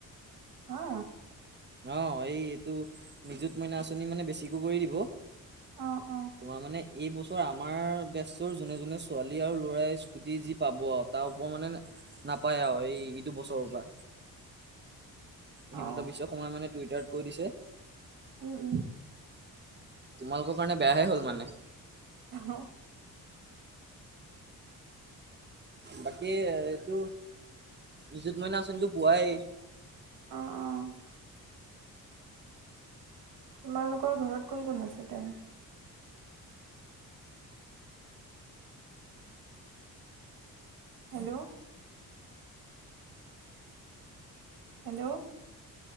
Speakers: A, on the right (about 75°); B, on the right (about 30°).
A: হা।
B: অ, এই এইটো নিযুত মইনা আঁচনি মানে বেছিকে কৰি দিব।
A: অ অ
B: তোমাৰ মানে এই বছৰ আমাৰ বেচ যোনে যোনে ছোৱালী আৰু ল'ৰাই স্কুটি যি পাব তাৰ ওপৰত মানে নাপায় আৰু এই ইটো বছৰৰ পৰা
A: অ
B: হিমন্ত বিশ্ব শৰ্মাই মানে টুইটাৰত কৈ দিছে,
A: উম উম
B: তোমালোকৰ কাৰণে। বেয়াহে হ'ল মানে।
A: <unintelligible>
B: বাকী এইটো নিজুত মইনা আচনিটো পোৱাই।
A: অ', অ, তোমালোকৰ ঘৰত কোন কোন আছে তেনে হেল্ল, হেল্ল,